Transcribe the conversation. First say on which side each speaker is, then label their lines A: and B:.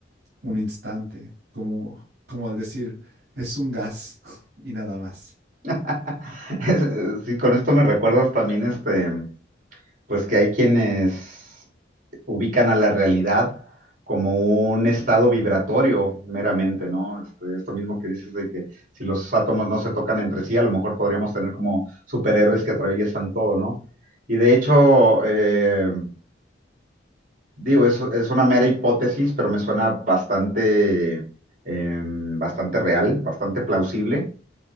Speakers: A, on the right; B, on the right.
A: un instante, como, como al decir, es un gas <laughs> y nada más.
B: <laughs> Sí, con esto me recuerdas también este. Pues que hay quienes ubican a la realidad como un estado vibratorio meramente, ¿no? Este, esto mismo que dices de que si los átomos no se tocan entre sí, a lo mejor podríamos tener como superhéroes que atraviesan todo, ¿no? Y de hecho, eh, digo, es, es una mera hipótesis, pero me suena bastante, eh, bastante real, bastante plausible